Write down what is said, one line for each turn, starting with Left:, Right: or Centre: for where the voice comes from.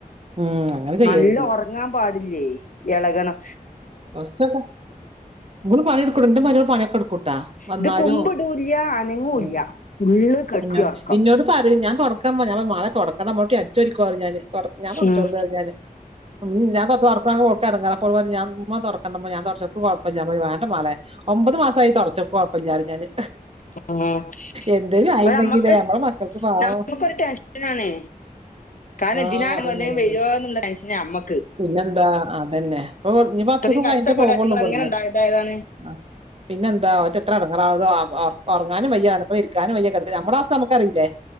Right: ഉം. അങ്ങനെ ചെയ്യരുത്.
Left: നല്ല ഒർങ്ങാൻ പാടില്ലേയ് എളകണം
Right: കൊർച്ചൊക്കെ ഓള് പണിട്ക്കും ന്റെ മരോള് പണി ഒക്കെട് ക്കുട്ടാ വന്നാലും
Left: ഇത് കുമ്പിടൂല്ല അനങ്ങൂല്ല
Right: മ്
Left: ഫുള്ള് കെടുത്തി
Right: ന്നോ
Left: ഉറക്കം
Right: ന്നോട് പറയും ഞാൻ തൊടക്കമ്മാ മാളെ തൊടക്കണ്ടാ മ്മട്ടി അടിച്ചോരിക്കൊ പറയും ഞാന് തൊടക് ഞാന് തൊട്ച്ചോണ്ട്
Left: ഉം
Right: പറയും ഞാന് ഉം ഞാൻ തൊട്ക്ക്ണെ കാണുമ്പോ ഓൾക്ക് എടങ്ങേറാ അപ്പോള് പറീം ഞാ മ്മതൊട്ക്ക്‌ തൊടക്കണ്ടമ്മ ഞാതൊടച്ചോള ഇൻക്ക് കൊഴപ്പല്ല വാണ്ട മാളേ ഒമ്പത് മാസായി തുടച്ചപ്പ കൊയപ്പല്ല റീം ഞാന്
Left: ആ
Right: എന്തേലും
Left: അപ്പ
Right: ആയിണ്ടെങ്കിലേ
Left: ഞമ്മക്ക്
Right: നമ്മളെ മക്കൾക്ക് പാവം
Left: ഞമ്മക്കൊരു ടെൻഷനാണ് കാരണം
Right: ആ
Left: തിനാലെ
Right: അതന്നെ
Left: വല്ലതും
Right: അതന്നെ
Left: വരോന്ന്ള്ള ടെൻഷനാ ഞമ്മ
Right: പിന്നെന്താ അതെന്നെ പ്പോ ഞ്ഞി പത്തൂസം
Left: ഇത്രയും
Right: കൈഞ്ഞ്ട്ടേ
Left: കഷ്ടപ്പെട്ട്
Right: പോവ്ള്ളു
Left: അറ്റിങ്ങൾ
Right: വ്ട്ന്ന്
Left: എങ്ങനെ ഉണ്ടായതായതാണ്
Right: ആഹ് പിന്നെന്താ ഓറ്റെത്ര എടങ്ങേറാവാണം <unintelligible> ഒർങ്ങാനും വെയ്യാ ഓലോപ്പം ഇര്ക്കാനും വെയ്യാ കെട് ഞമ്മളെ അവസ്ഥ ഞമ്മക്കറീലെ